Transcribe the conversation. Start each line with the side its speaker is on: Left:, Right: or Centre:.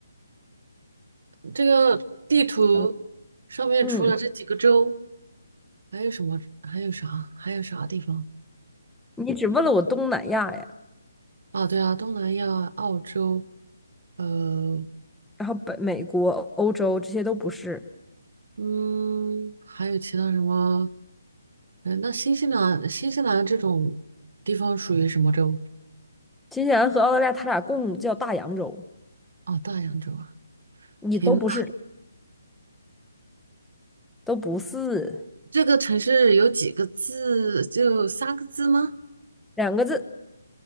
Right: 这个地图上面除了这几个州，
Centre: 嗯，嗯
Right: 还有什么？还有啥？还有啥地方？
Centre: 你只问了我东南亚呀。
Right: 啊，对啊，东南亚、澳洲，呃，
Centre: 然后北美国、欧洲这些都不是，
Right: 嗯，还有其他什么？呃，那新西兰、新西兰这种地方属于什么洲？
Centre: 新西兰和澳大利亚它俩共叫大洋洲，
Right: 哦，大洋洲啊！
Centre: 你都不是，
Right: 天呐，
Centre: 都不是
Right: 这个城市有几个字？就三个字吗？
Centre: 两个字，